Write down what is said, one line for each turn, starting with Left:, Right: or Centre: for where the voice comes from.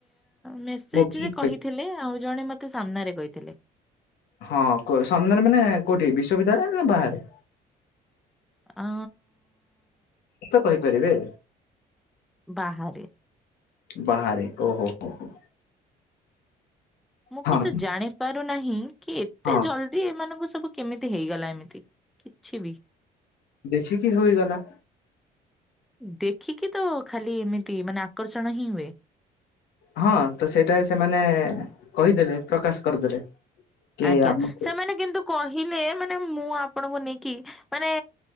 Centre: ମେ ସେଯେ
Left: ମୁଭି
Centre: ରେ କହିଥିଲେ ଆଉ ଜଣେ ମତେ ସାମ୍ନାରେ କହିଥିଲେ।
Left: ହଁ ସାମ୍ନାରେ ମାନେ କୋଉଠି ବିଶ୍ୱବିଦ୍ୟାଳୟ ନା ବାହାରେ?
Centre: ଆ।
Left: ତ କହିପାରିବେ।
Centre: ବାହାରେ।
Left: ବାହାରେ ଓହୋ ହ ହ।
Centre: ମୁଁ
Left: ହଁ
Centre: କିନ୍ତୁ ଜାଣି ପାରୁନାହିଁ କି ଏତେ
Left: ହଁ
Centre: ଜଲ ଦି ଏମାନଙ୍କୁ ସବୁ କେମିତି ହେଇଗଲା ଏମିତି କିଛି ବି।
Left: ଦେଖିକି ହୋଇଗଲା।
Centre: ଦେଖିକି ତ ଖାଲି ଏମିତି ମାନେ ଆକର୍ଷଣ ହିଁ ହୁଏ।
Left: ହଁ ତ ସେଇଟା ସେମାନେ କହିଦେଲେ ପ୍ରକାଶ କରିଦେଲେ। କି
Centre: ଆଜ୍ଞା
Left: ଆମକୁ
Centre: ସେମାନେ କିନ୍ତୁ କହିଲେ ମାନେ ମୁଁ ଆପଣଙ୍କୁ ନେଇକି ମାନେ।